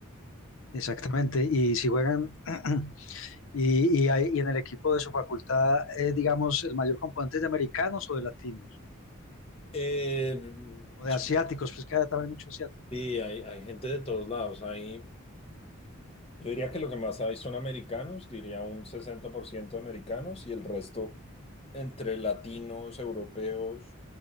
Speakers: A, on the left (about 70°); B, on the left (about 30°).
A: Exactamente, y si juegan, <clears throat> y, y, hay- y en el equipo de su facultad, eh, digamos, el mayor componente es de americanos o de latinos,
B: Eh,
A: o
B: yo-
A: de asiáticos, pues que hay también muchos asiáticos,
B: sí,
A: ¿cierto?
B: hay, hay gente de todos lados, hay... Yo diría que lo que más hay son americanos, diría un 60% de americanos y el resto entre latinos, europeos